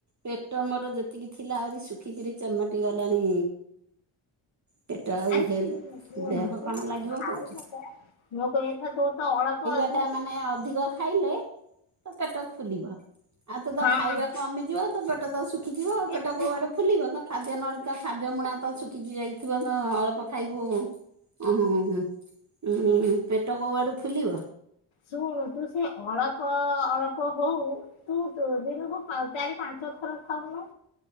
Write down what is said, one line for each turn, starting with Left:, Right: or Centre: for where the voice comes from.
Right: ପେଟ ମୋର ଯେ ସେତିକି ଥିଲା ଆହୁରି ଶୁଖିକିରି ଚମଟି ଗଲାଣି। ପେଟ ଆଉ
Left: ଆରେ
Right: ହେଲ
Left: ଶୁଣୁ ଶୁଣୁ
Right: ଦେହ
Left: ଯୋ
Right: କଣ ଲାଗିବ
Left: ଥାଇରଡ
Right: କହୁଛି
Left: ଟା ମୋ କଇବା କଥା ତୋର ତ ଅଳପ ଅଛି
Right: ସେଟା ମାନେ ଅଧିକ ଖାଇଲେ ତ ପେଟ ଫୁଲିବ। ଆଉ ତ ତ
Left: ହଁ
Right: ଖାଇବା କମିଯିବ ତ ପେଟ ତ ଶୁଖିଯିବ ଆଉ ପେଟ
Left: ଏ ତୁ
Right: କୋଉଆଡେ ଫୁଲିବ ତ ଖାଦ୍ୟ ନ ତ ଖାଦ୍ୟ ମୁଣା ତ ଶୁଖି ଯାଇଥିବ ତ ଅଳ୍ପ ଖାଇବୁ ଉ ଉ ଉଁ ପେଟ କୋଉ ଆଡୁ ଫୁଲିବ।
Left: ଶୁଣୁ ତୁ ସେ ଅଳ୍ପ ଅଳ୍ପ ହଉ ତୁ ଦିନକୁ ଚାରି ପା ଥର ଖାଉନ।